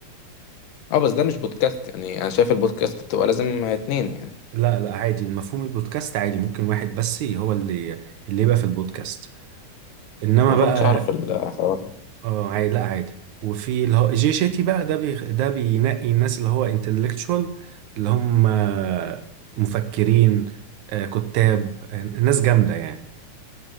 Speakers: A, on the left; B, on the right.
A: اه بس ده مش بودكاست يعني انا شايف البودكاست بتبقى لازم اتنين يعني
B: لا لا عادي مفهوم البودكاست عادي ممكن واحد بس هو اللي اللي يبقى في البودكاست انما
A: ما
B: بقى
A: كنتش اعرف الحوار ده
B: اه عادي لا عادي وفي اللي هو جي شيتي بقى ده بي ده بينقي الناس اللي هو انتلكتشوال اللي هم آه، مفكرين آه، كتاب آه، ناس جامدة يعني